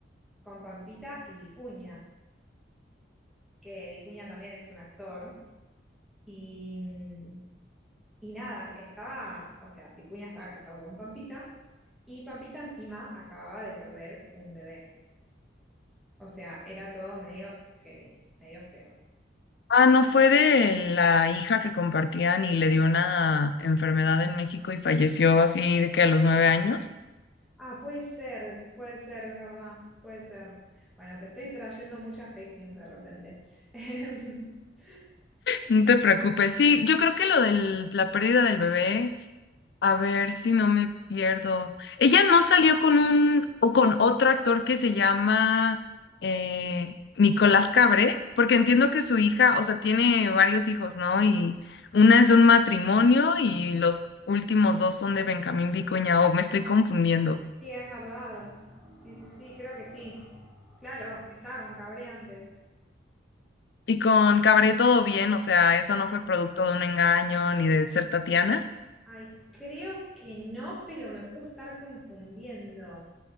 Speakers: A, in the centre; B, on the left.
A: con Pampita y Vicuña, que Vicuña también es un actor. Y, mm, y nada, estaba, o sea, Vicuña estaba casado con Pampita y Pampita encima acababa de perder un bebé. O sea, era todo medio heavy, medio feo.
B: Ah, no, fue de la hija que compartían y le dio una enfermedad en México y falleció así de que a los nueve años.
A: Ah, puede ser, puede ser, es verdad, puede ser. Bueno, te estoy trayendo muchas fake news de repente. <laughs>
B: No te preocupes. Sí, yo creo que lo de la pérdida del bebé A ver si no me pierdo. Ella no salió con un o con otro actor que se llama eh, Nicolás Cabré, porque entiendo que su hija, o sea, tiene varios hijos, ¿no? Y una es de un matrimonio y los últimos dos son de Benjamín Vicuña, o me estoy confundiendo.
A: Sí, es verdad. Sí, sí, sí, creo que sí. Claro, estaba con Cabre antes.
B: Y con Cabré todo bien, o sea, eso no fue producto de un engaño ni de ser Tatiana.
A: Ay, creo que no, pero me puedo estar confundiendo